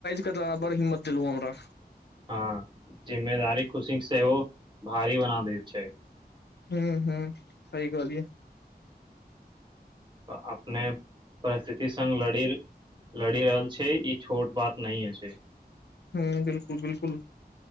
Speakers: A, on the left; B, on the right.
A: तऽ बड़ हिम्मत देलहु हमरा
B: हँ जिम्मेदारी खुशी सेहो भारी बना दैत छै
A: हू हू सही कहालिये
B: ऽ अपने परिस्थिति सङग लड़ि लड़ि रहल छै ई छोट बात नहि अछि
A: हँ बिलकुल बिलकुल